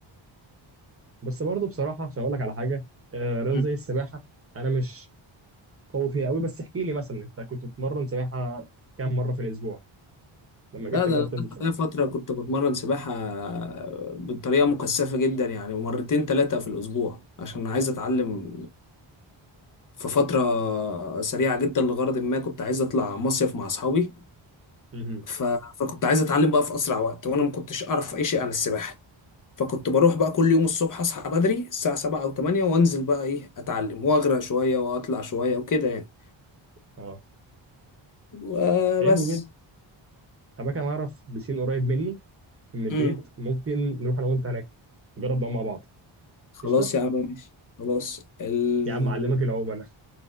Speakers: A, on the right; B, on the left.
A: بس برضه بصراحه عشان اقول لك على حاجه آه رياضه
B: مم.
A: زي السباحه انا مش قوي فيها قوي بس احكي لي مثلا انت كنت بتتمرن سباحه كام مره في الاسبوع لما جيت
B: لا
A: تجرب
B: ده انا
A: تنزل سباحه
B: ليا فتره كنت بتمرن سباحه بطريقه مكثفه جدا يعني مرتين ثلاثه في الاسبوع عشان عايز اتعلم في فتره سريعه جدا لغرض ما كنت عايز اطلع مصيف مع اصحابي
A: مهم.
B: ف... فكنت عايز اتعلم بقى في اسرع وقت وانا ما كنتش اعرف اي شيء عن السباحه فكنت بروح بقى كل يوم الصبح اصحى بدري الساعه 7 او 8 وانزل بقى ايه اتعلم واغرق شويه واطلع شويه وكده يعني
A: اه
B: وبس
A: حلو أما كان أعرف بسين قريب مني من البيت
B: امم
A: ممكن نروح أنا وأنت هناك نجرب نعوم مع بعض
B: خلاص
A: قشطة
B: يا عم ماشي خلاص ال...
A: يا عم أعلمك العوم أنا